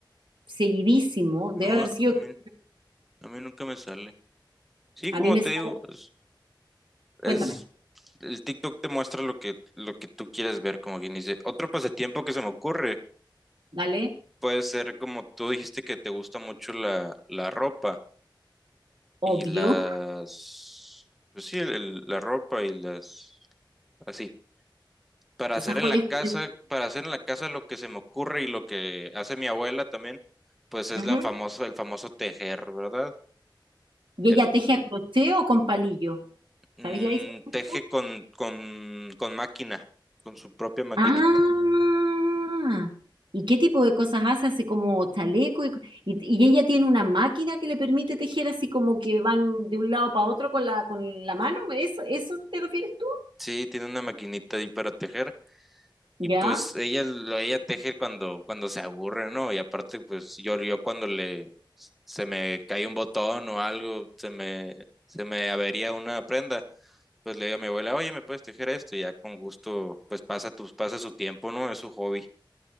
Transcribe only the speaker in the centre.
No,
a
a mí,
a mí nunca me sale. Sí,
como
te
digo, es, es-
el TikTok te muestra lo que, lo que tú quieres ver, como quien dice. Otro pasatiempo que se me ocurre
puede ser como tú dijiste que te gusta mucho la, la ropa.
y las, pues sí, el- el- la ropa y las, así, para
hacer
en la casa,
para hacer en la casa lo que se me ocurre y lo que hace mi abuela también, pues es
la famoso el famoso tejer, ¿verdad?
El
mm,
teje con, con, con máquina, con su propia maquinita.
Sí, tiene una maquinita ahí para tejer.
Y pues ella lo ella teje cuando, cuando se aburre, ¿no? Y aparte, pues yo, yo cuando le se me cae un botón o algo, se me, se me avería una prenda, pues le digo a mi abuela, oye, ¿me puedes tejer esto? Y ya con gusto, pues pasa tus, pasa su tiempo, ¿no? Es su hobby.